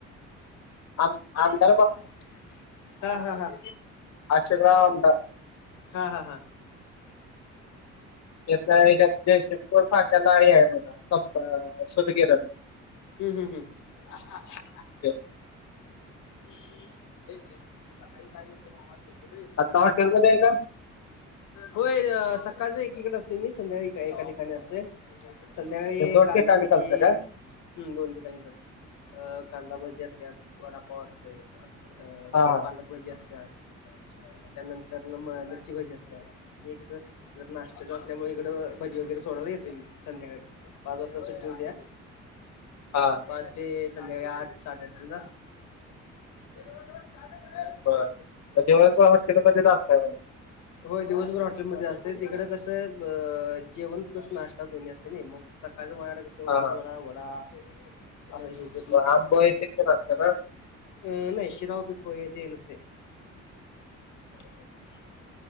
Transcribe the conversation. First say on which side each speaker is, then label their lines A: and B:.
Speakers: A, on the left (about 60°); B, on the left (about 80°).
A: <unintelligible>
B: हां हां हां.
A: अशोकराव आमदार.
B: हां हां हां.
A: तिथ हेच्यात जयसिंगपूर फाट्याला हे आहे बघा सूतगिरण.
B: हम्म हम्म हम्म.
A: ते
B: हे नाही नाही सकाळी काय घेतलो मोबाईल घेतो
A: आता हॉटेल मध्ये आहे काय?
B: होय सकाळच एकीकडे असतोय मी, संध्याकाळी एका ठिकाणी असतोय. संध्याकाळी
A: हे दोन
B: कांदाभजी
A: ठिकाणी करता का?
B: हम्म दोन ठिकाणी करतोय अ कांदाभजी असत्यात, वडापाव असत तोय अ
A: हा
B: प
A: हा
B: पालकभजी असत्यात. त्यानंतरन मग मिरचीभजी असत्यात. मी हे कसं जरा नाश्त्याचं असल्यामुळे इकडं भजी वगैरे सोडायला येतोय मी संध्याकाळी. पाच वाजता सुट्टी होत्या
A: हा
B: पाच ते संध्याकाळी आठ-साडेआठ पर्यंत असतोय. <unintelligible> चहा दे की रे.
A: मग दिवसभर हॉटेलमधेच असताय म्हण.
B: होय दिवसभर हॉटेलमध्ये असतोय, तिकडं कसं अ जेवण प्लस नाष्टा दोन्ही असतंय नाही मग सकाळचं माझ्याकडं कसं उडीदवडा,
A: हा हा
B: वडा हेच
A: <unintelligible>
B: अ नाही शिरा, उपीट, पोहे ते नसतंय. <inaudible>